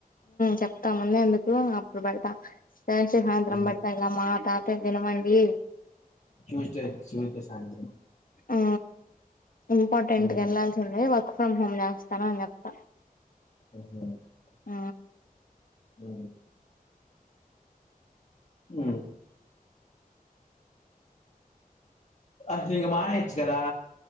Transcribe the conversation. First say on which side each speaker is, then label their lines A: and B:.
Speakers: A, on the left; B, on the left.
A: చెప్తా ముందే ఎందుకు అప్పుడు పెడతా జష సాాంత్రం
B: ఉమ్
A: బడతాలా మ మాతా దినమండి
B: చూజట శిూల్కి శాంతని
A: ఆ ఇంపార్టెంట్కి
B: ఉమ్
A: వెళ్లాల్సిందే వర్క్ ఫ్రమ్ హోమ్ చేస్తాను అని చెప్తాను
B: హ
A: ఆ
B: అ అ అది ఇంగ మానచ్చ కదా